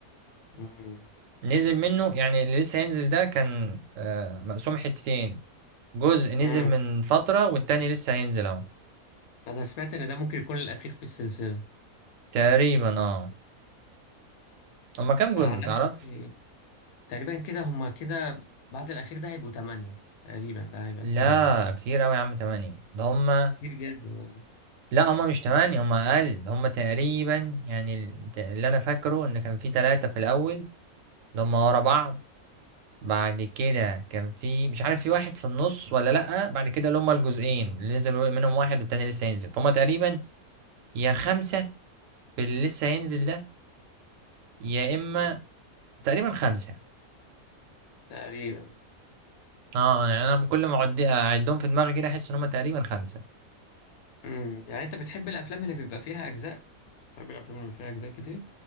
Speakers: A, on the left (about 80°); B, on the right (about 70°).
A: امم
B: نزل منه يعني اللي لسه هينزل ده كان آه، مقسوم حتتين جزء نزل
A: امم
B: من فترة والتاني لسه هينزل اهو
A: انا سمعت ان ده ممكن يكون الاخير في السلسله
B: تقريبا اه هما كام جزء
A: انا عن
B: متعرفش
A: نفسي تقريبا كده هما كده بعد الأخير ده هيبقوا تمانية تقريبا ده هيبقى
B: لا
A: التامن
B: كتير اوي يا عم تمانية ده هما
A: كتير جدا يعني.
B: لا هما مش تمانية هما اقل هما تقريبا يعني ال- ت- اللي انا فاكره ان كان في تلاتة في الاول اللي هما ورا بعض بعد كده كان في مش عارف في واحد في النص ولا لأ بعد كده اللي هما الجزئين اللي نزل منهم واحد والتاني لسه هينزل فهم تقريبا يا خمسة في اللي لسه هينزل ده يا اما تقريبا خمسه
A: تقريبا
B: اه يعني انا كل ما اعد اعدهم في دماغي كده احس ان هم تقريبا خمسه
A: امم يعني أنت بتحب الأفلام اللي بيبقى فيها أجزاء؟ بتحب الأفلام اللي بيبقى فيها أجزاء كتير؟